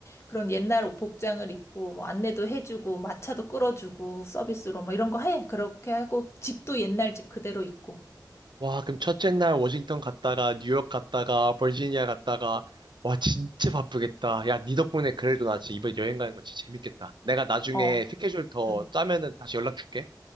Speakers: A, on the left (about 35°); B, on the right (about 80°).
A: 그런 옛날 옷 복장을 입고 뭐 안내도 해주고 마차도 끌어주고 서비스로 뭐 이런 거 해. 그렇게 하고 집도 옛날 집 그대로 있고.
B: 와, 그럼 첫째 날 워싱턴 갔다가, 뉴욕 갔다가, 버지니아 갔다가, 와, 진짜 바쁘겠다. 야, 니 덕분에 그래도 나 진짜 이번 여행 가는 거 진짜 재밌겠다. 내가 나중에
A: 어.
B: 스케줄 더
A: 음.
B: 짜면은 다시 연락 줄게.